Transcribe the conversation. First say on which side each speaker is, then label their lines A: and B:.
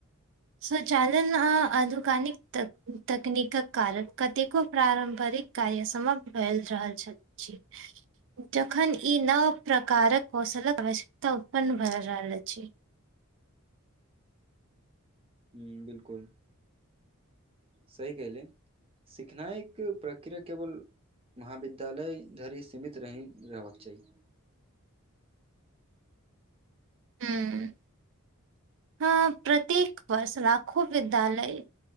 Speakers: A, on the right (about 60°); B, on the right (about 25°).
A: स्वचालन आ आनुकानिक तक तकनीक क कारण कतेको पारम्परिक कार्य समाप्त भए रहल छथि जखन ई नव प्रकारक कौशलक आवश्यकता उत्पन्न भए रहल अछि
B: ह बिलकुल सही कहली सिखनाइ एक प्रक्रिया केवल महाविद्यालय धरि सीमित नहि रहबाक चाही
A: हूँ हँ प्रत्येक वर्ष लाखो विद्यालय